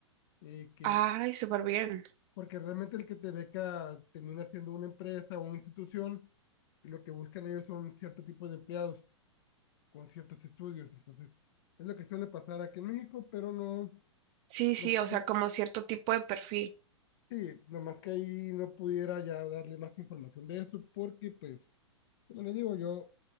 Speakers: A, on the left (about 55°); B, on the right (about 35°).
A: eh, que,
B: ay, súper bien.
A: porque realmente el que te beca termina siendo una empresa o una institución, y lo que buscan ellos son cierto tipo de empleados con ciertos estudios. Entonces, es lo que suele pasar aquí en México, pero no,
B: Sí, sí,
A: no,
B: o
A: no-
B: sea, como cierto tipo de perfil.
A: Sí, nomás que ahí no pudiera ya darle más información de eso porque, pues, como les digo, yo,